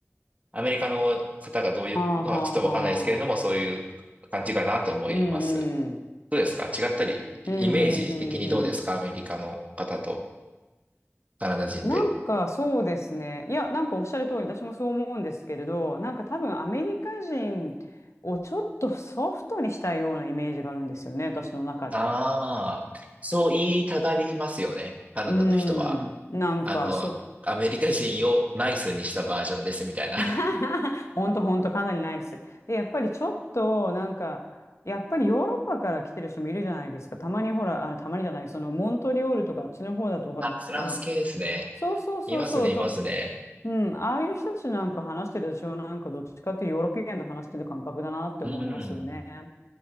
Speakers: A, on the right (about 30°); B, on the left (about 85°).
A: アメリカの方がどういうのはちょっとわかんないですけれども、
B: はあはあはあ。
A: そういう感じかなと思います。
B: うんうん。
A: どうですか違ったり、イメージ的にどうですかアメリカの方と
B: うんうんうんうん。
A: カナダ人で。
B: なんかそうですね。いや、なんかおっしゃる通り、私もそう思うんですけれど、なんか多分アメリカ人をちょっとソフトにしたようなイメージがあるんですよね、私の中で。
A: ああ、そう言いたがりますよね。カナダの人は。
B: うん。なんかそう。
A: あの、アメリカ人をナイスにしたバージョンですみたいな。
B: <laughs> ほんとほんとかなりないです。で、やっぱりちょっとなんか、やっぱりヨーロッパから来てる人もいるじゃないですか。たまにほら、あの、たまにじゃない、そのモントリオールとかあっちの方だとほら、
A: あ、フランス系ですね。
B: あの、そうそうそうそう、
A: いますね、いますね。
B: と、うん、ああいう人たちなんか話してるでしょなんかどっちかっていうヨーロピアンと話してる感覚だなって思いますよね。
A: うん。